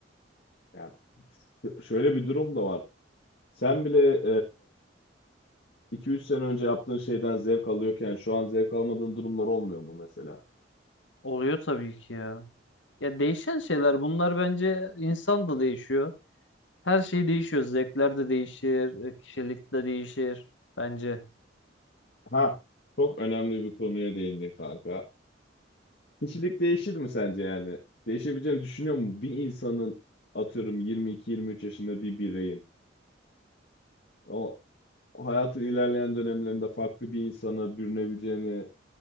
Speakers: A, on the left (about 60°); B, on the left (about 75°).
A: Yani ş- şöyle bir durum da var. Sen bile iki üç sene önce yaptığın şeyden zevk alıyorken şu an zevk almadığın durumlar olmuyor mu mesela?
B: Oluyor tabii ki ya. Ya değişen şeyler bunlar bence insan da değişiyor. Her şey değişiyor. Zevkler de değişir, e, kişilik de değişir bence.
A: Ha, çok önemli bir konuya değindin kanka. Kişilik değişir mi sence yani? Değişebileceğini düşünüyor mu Bir insanın atıyorum 22-23 yaşında bir bireyin O hayatın ilerleyen dönemlerinde farklı bir insana bürünebileceğine